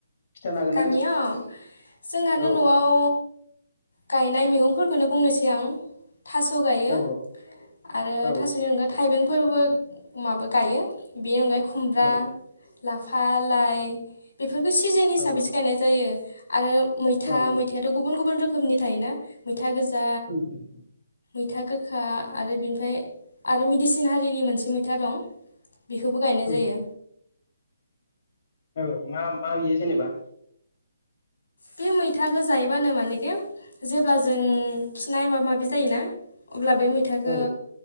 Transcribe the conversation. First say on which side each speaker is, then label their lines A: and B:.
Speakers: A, on the left; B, on the left.
A: खिथानो हागोन
B: गामियाव
A: आंनो
B: जोंहानो
A: औ
B: नआव गायनाय मैगंफोरखौनो बुंनोसै आं थास गायो
A: औ
B: आरो
A: औ
B: थासनि अनगा थाइबेंफोरबो अमाबो गायो बेनि अनगायै खुमब्रा
A: औ
B: लाफा लाइ बेफोर बेफोरखौ सिजोन हिसाबैसो
A: औ
B: गायनाय जायो आरो मैथा
A: औ औ
B: मैथायाथ गुबुन गुबुन रोखोम रोखोमनि थायोना मैथा गोजा
A: उम उम
B: मैथा गोखा आरो बेनिफ्राय आरो मेदिसिन हारिनि मोनसे मैथा दं बेखौबो गायनाय
A: उम
B: जायो
A: अ माम मा बियो जेनेबा
B: बे मैथाखौ जायोबानो मानेखे जेब्ला जों खिनाय माबा माबि जायोना अब्ला बे मैथाखो
A: औ औ